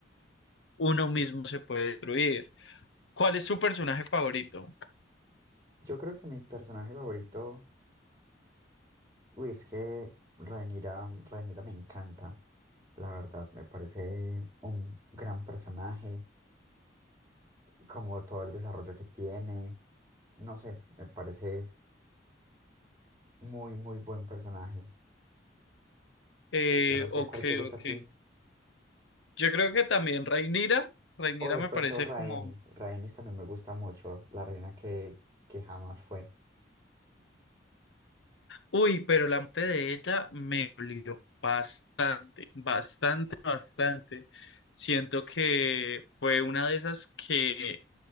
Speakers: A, on the left; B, on the right.
A: uno mismo se puede destruir. ¿Cuál es tu personaje favorito?
B: Yo creo que mi personaje favorito. Uy, es que Rhaenyra, Rhaenyra me encanta, la verdad, me parece un gran personaje, como todo el desarrollo que tiene, no sé, me parece muy, muy buen personaje.
A: Eh,
B: Yo no sé
A: ok,
B: cuál te gusta
A: ok.
B: a ti.
A: Yo creo que también Rhaenyra. Rhaenyra
B: O de
A: me
B: pronto
A: parece
B: Rhaenys,
A: como...
B: Rhaenys también me gusta mucho, la reina que, que jamás fue.
A: Uy, pero la muerte de ella me dolió bastante, bastante, bastante. Siento que fue una de esas que,